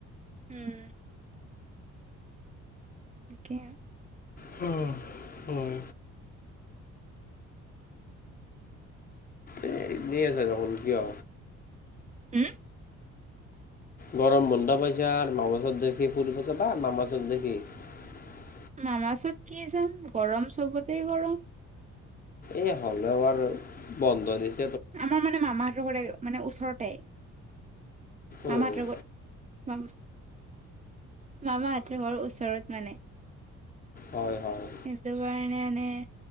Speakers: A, on the right; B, on the left.
A: উম <unintelligible>
B: হম, হম। এ, এনেই আছে দেখোন কিয়?
A: উম
B: গৰম বন্ধ পাইছা, আৰু মা <unintelligible> দেখি ফুৰিব যাবা মামা <unintelligible>
A: মামা ওচৰত কি যাম, গৰম চবতে গৰম।
B: এই হ'লেও আৰু বন্ধ দিছ
A: আমাৰ মানে মামাহঁতৰ ঘৰে মানে ওচৰতে। মামা‌হঁতৰ
B: অ
A: ঘৰ মা-মামাহঁতৰ ঘৰ ওচৰত মানে।
B: হয় হয়
A: এটোকাৰনে <unintelligible> এই,